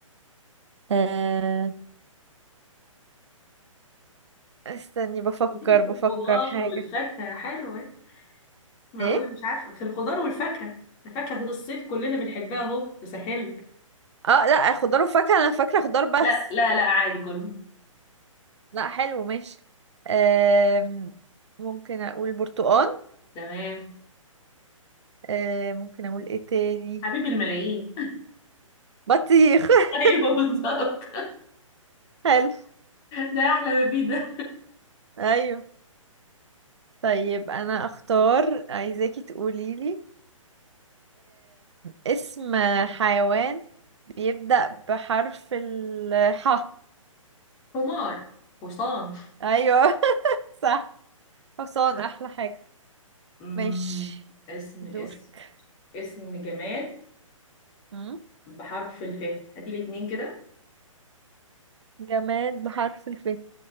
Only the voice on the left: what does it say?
قلتلك
الخضار
والفاكهة حلوة معقولة
مش عارفة في الخضار والفاكهة ده فاكهة الصيف كلنا بنحبها اهو بسهلك
لا لا لا عادي كله
تمام
حبيب الملايين
<laughs> ايوه بالظبط
ده احلى ما فيه ده
حمار حصان
مم.
اسم
اسم اسم جماد
بحرف الف هاتي لي اتنين كده